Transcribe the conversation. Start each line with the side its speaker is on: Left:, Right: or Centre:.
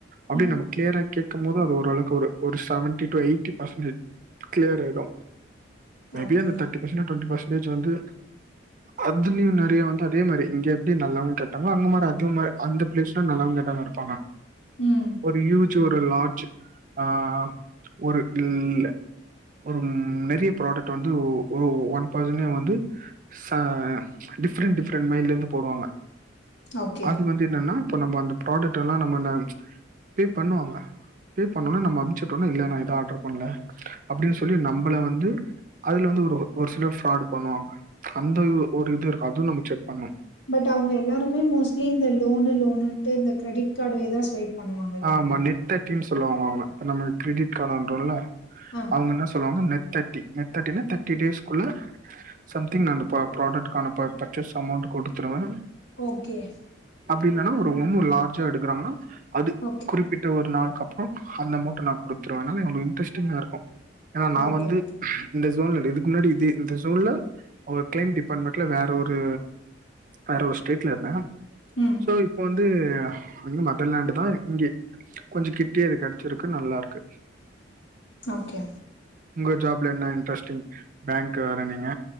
Right: அப்டி
Left: ம்
Right: நம்ம கியர கேக்கம்மோது அது ஓரளக்கு ஒரு ஒரு சவன்டி டூ எய்ட்டி பசனே க்ளியர் ஆய்டு மேபி
Left: ஓகே
Right: அந்த தர்ட்டி பர்சடூ டொன்டி பர்ஸ்ண்டேஜ் வந்து அதுல்யு நறுய வந்து அதே மாரி இங்க எப்டி நல்லவ கெட்டங்ளோ அங்க மார் அத்யு மார அந்த ப்ளேஸ்லு நல்லவ்ங்க டங் இருப்பாங்க
Left: ம்
Right: ஒரு யூஜ் ஒரு லார்ஜ் ஆ ஒரு இல் ல ஒரும் நெறிய ப்ராடக்ட் வந்து ஒ ஒரு ஒன் பர்சனே வந்து ச டெஃப்ரண் டெஃப்ரண் மைல்லேந்து போடுவாங்க
Left: ஓகே
Right: அது வந்து என்னனா இப்ப நம்ம அந்த ப்ராடெட்டலா நம்மன பே பண்ணுவாங்க பே பண்ணோனே நம்ம அம்ச்சுட்டனே இல்ல நா இத ஆட்ர் பண்ல அப்டினு சொல்லி நம்பள வந்து அதுல வந்து ஒரு ஒரு சிலர் ஃப்ராடு பண்ணுவாங்க அந்தயு ஒரு இது இருக்கு அதும் நம்ப செக் பண்ணு
Left: பட் அவுங்க எல்லாருமே மோஸ்லி இந்த லோனு லோனுன்ட்டு இந்த கிரடிட் காடுவே தா ஸ்வைப் பண்ணுவாங்க இல்லைங்களா?
Right: ஆமா நெட் தர்ட்டின் சொல்வாங்க அவுங்க நம்முழ் க்ரிடிட் காட் அன்றோன்ல
Left: ஆ
Right: அவுங்க ன்ன சொல்வாங் நெ தெட்டி நெட்தெட்டினா தெர்ட்டி டேஸ்குள்ள சம்திங் நந்து ப ப்ராடட்டுக்கான ப பர்சஸ் அமோண்டு குடுத்துருவ
Left: ஓகே
Right: அப்டி இல்லனா ஒரு இன்னு லார்ஜா எடுக்குறாங்கனா அது
Left: ஓகே.
Right: குறிப்பிட்ட ஒரு நாள்க்கா அந்த அமூட்ட நா குடுத்துர்வ நாலே ஒனக் இன்ட்ரெஸ்டிங்கா இருக்கு எனா நா
Left: ஓகே,
Right: வந்து
Left: ஓகே.
Right: இந்த ஸோன்லடு இதுக்ம்ன்னாடி இதே இந்த சோன்ல ஓர் க்ளைம் டிபான்மண்ட்ல வேற ஒரு வேற ஒரு ஸ்டேட்ல இருந்த
Left: ம்.
Right: சோ இப் வந்து வந்து மதர்லேண்டு தா இங்கே கொஞ்சு கிட்யே இது கெட்ச்சிருக்கு நல்லாருக்கு
Left: ஓகே
Right: உங்க ஜாப்ல என்ன இன்ட்ரெஸ்ட்டிங் பேங்க் வேற நீங்க